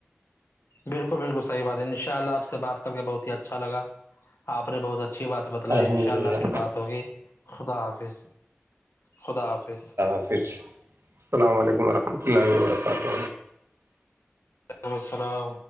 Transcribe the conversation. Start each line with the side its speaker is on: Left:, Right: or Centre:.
Left: بالکل بالکل صحی بات ہے ان شاء اللہ آپ سے بات کر کے بہت ہی اچھا لگاپ نے بہت اچھی بات بتلائی
Right: الحمد
Left: ان شاء
Right: للہ
Left: اللہ پھر بات ہوگئی خدا حافظ خدا حافظ
Right: صفچ <unintelligible> السلام علیکم ورحمۃ اللہ و برکاتہ
Left: <unintelligible> رمسرؤ